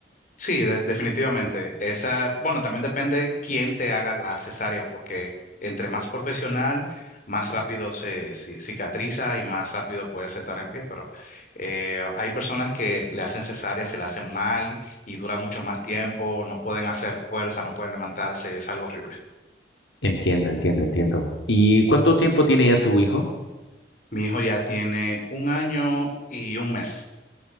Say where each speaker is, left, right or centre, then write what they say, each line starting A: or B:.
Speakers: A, on the left; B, on the left.
A: Sí, de- definitivamente. Esa, bueno, también depende quién te haga la cesárea, porque entre más profesional, más rápido se ci- cicatriza y más rápido puedes estar en pie. Pero eh, hay personas que le hacen cesárea, se la hacen mal y dura mucho más tiempo, no pueden hacer fuerza, no pueden levantarse, es algo horrible.
B: Entiendo, entiendo, entiendo. ¿Y cuánto tiempo tiene ya tu hijo?
A: Mi hijo ya tiene un año y un mes.